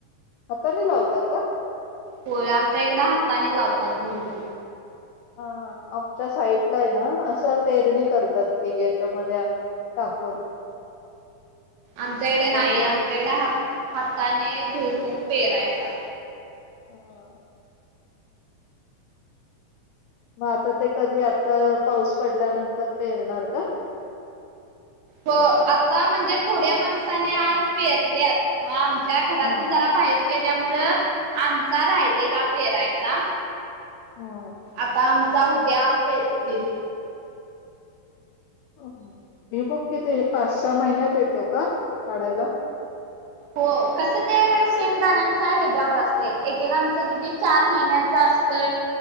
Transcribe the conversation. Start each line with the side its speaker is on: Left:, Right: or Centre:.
Left: हाताने लावता का
Right: होोय आमच्या इकड हाताने लावतात भुईभूल
Left: हा आमच्या साईटला आहे ना असं पेरणी करतात ती याच्यामध्ये टाकून
Right: आमच्याकडे नाही
Left: त्यामुळं
Right: आमच्याकडे ह हाताने भुलमुख पेहरायचा
Left: हो मग आता ते कधी आता पाऊस पडल्यानंतर पेरणार का
Right: हो आता म्हणजे थोड्या माणसाने आज पेरलेत मग आमच्या घरात
Left: हम्म
Right: म जरा बाहेर गेल्यामुळं आमचा रायलेला फेरायचा
Left: हम्म
Right: आता आमचा उद्या पेरतील
Left: भुईमूग किती पाच सहा महिन्यात येतो का काढायला
Right: हो कसं ते शेंगदाण्यांच्या हद्यावर असते एकेकांचं किती चार महिन्याच असतंय